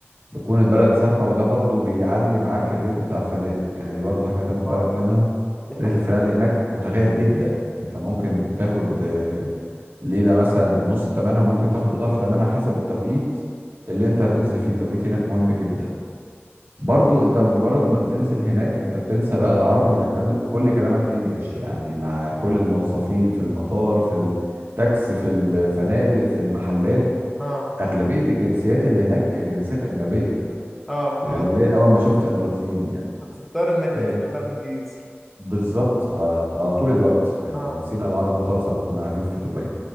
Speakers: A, on the right; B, in the centre.
A: بتكون البلد زحمة وده برضو بيعلي معاك الريت بتاع الفنادق يعني دي برضو حاجة تاخد بالك
B: اه
A: منها
B: دي حقيقة
A: ريت الفنادق هناك متغير جدا أنت ممكن تاخد آه، ليلة مثلا بنص تمنها ممكن تاخد بضعف تمنها حسب التوقيت اللي أنت هتنزل فيه التوقيت هناك مهم جدا برضو انت مجرد ما بتنزل هناك انت بتنسى بقى العربي انت كل كل كلامك انجلش يعني مع كل الموظفين في المطار في التاكسي في الفنادق في المحلات
B: اه
A: اغلبية الجنسيات اللي هناك جنسيات اجنبية
B: اه
A: يعني
B: فبت-
A: قليل اول ما شفت اماراتيين يعني
B: فبتضطر انك
A: آه،
B: تتكلم انجليزي
A: بالظبط على على طول الوقت يعني
B: اه
A: نسينا العربي خالص لما كنا قاعدين في دبي